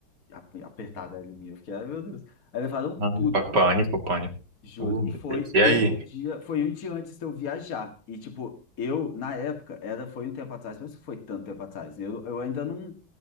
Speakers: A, on the left; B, on the right.
A: ap- apertada ali minha. Eu fiquei, ai meu Deus. Aí levaram
B: Não,
A: tudo.
B: pânico, pânico.
A: Juro.
B: Oh, meu
A: E foi
B: Deus. E aí?
A: um dia, foi um dia antes de eu viajar. E tipo, eu, na época, era, foi um tempo atrás, mas não foi tanto tempo atrás. Eu, eu ainda não,